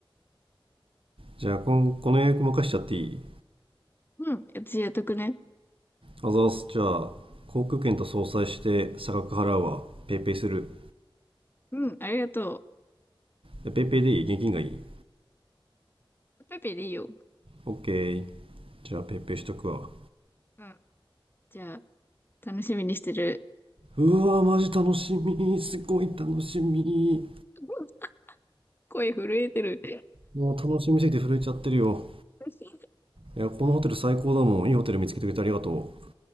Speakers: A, on the right (about 70°); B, on the left (about 25°).
A: じゃあこんこの予約任しちゃっていい
B: うん、私やっとくね。
A: あざーすじゃあ航空券と相殺して差額払うわペイペイする
B: うん、ありがと
A: えペイペイでいい現金がいい
B: う。ペペでいいよ。
A: OK じゃあペイペイしとくわ
B: うん、じゃあ、楽しみにしてる。
A: うわーマジ楽しみすごい楽しみ
B: <laughs> うん声震えてる。
A: もう楽しみすぎて震えちゃってるよ
B: <laughs>
A: いやこのホテル最高だもんいいホテル見つけてくれてありがとう